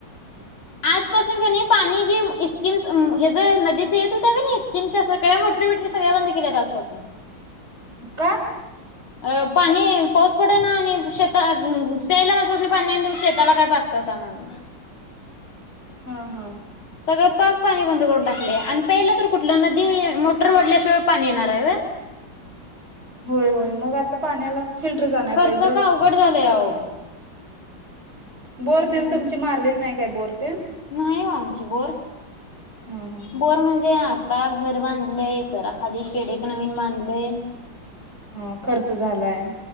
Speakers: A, on the left; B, on the right.
A: आजपासून क नाइ पाणी जे इस्किम जे नदीच येत होत क नाइ तिनच्या सगळ्या मोटरी सगळ्या बंद केल्यात आजपासून.
B: का?
A: अ पाणी पाऊस पडना आणि शेता पेला माणसांनी पाणी नाय शेताला काय पाजतासा म्हणून
B: हा हा
A: सगळं पाक पाणी बंद करून टाकलं आणि प्याला तर कुठल नदी मोटर वढल्याशिवाय पाणी येणार आहे होय
B: होय होय मग आता पाण्याला फिल्टर च आणाय
A: खर्चाच
B: पाहिजे
A: अवघड झालंय अहो.
B: बोरतेन
A: हम्म
B: तुमची मारलेली नाही बोर तेन
A: नाही हो आमची बोर
B: हम्म हम्म
A: बोर म्हणजे आता घर बांधलंय जरा खाली शेड एक नवीन बांधलय
B: हा खर्च झालाय